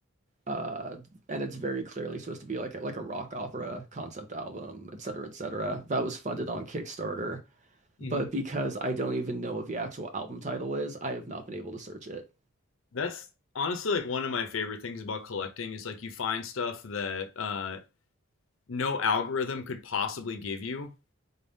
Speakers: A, on the right; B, on the left.
A: Uh, and it's very clearly supposed to be like a, like a rock opera concept album, et cetera, et cetera. That was funded on Kickstarter,
B: Mhm.
A: but because I don't even know what the actual album title is, I have not been able to search it.
B: that's honestly like one of my favorite things about collecting is like you find stuff that uh no algorithm could possibly give you.